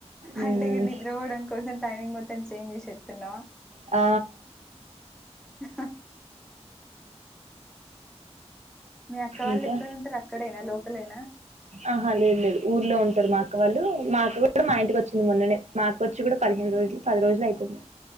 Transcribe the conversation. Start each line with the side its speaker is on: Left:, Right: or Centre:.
Right: మ్మ్
Centre: అంటే ఇగ నిద్ర పోవడం కోసం టైమింగ్ మొత్తం చేంజ్ చేసేస్తున్నావా
Right: ఆ
Centre: <inaudible> <inaudible> మీ అక్క వాళ్ళు
Right: ఇంకా
Centre: ఎక్కడ ఉంటారు అక్కడేనా లోకలేనా
Right: ఆహా లేదు లేదు ఊర్లో ఉంటారు మా అక్క వాళ్ళు మా అక్క కూడా మా ఇంటికి వచ్చింది మొన్ననే మా వచ్చి కూడా పదిహేను రోజులు పది రోజులు అయితుంది